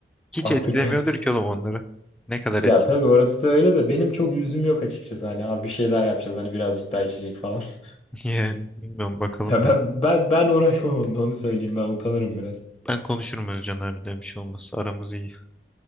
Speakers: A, in the centre; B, on the left.
A: hiç
B: artık
A: etkilemiyordur
B: <laughs>
A: ki oğlum onları. Ne kadar etkiliyor?
B: ya tabii orası da öyle de benim çok yüzüm yok açıkçası. Hani abi bir şey daha yapacağız hani birazcık daha içecek falan. <laughs>
A: <laughs> Yani bilmiyorum bakalım
B: Ya
A: ya.
B: ben, ben, ben uğraşmam onunla onu söyleyeyim ben utanırım biraz.
A: Ben konuşurum Özcan abiyle bir şey olmaz. Aramız iyi.